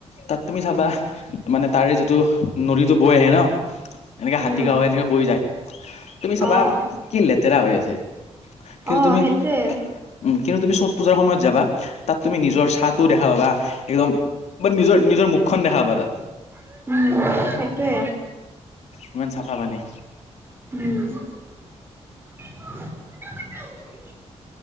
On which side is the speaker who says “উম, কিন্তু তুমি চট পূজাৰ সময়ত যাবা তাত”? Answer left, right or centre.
Left